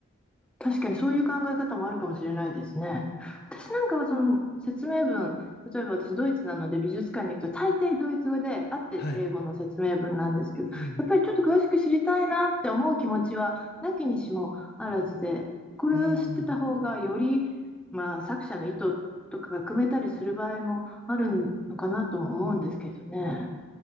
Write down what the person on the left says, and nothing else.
はい。うん。
うん。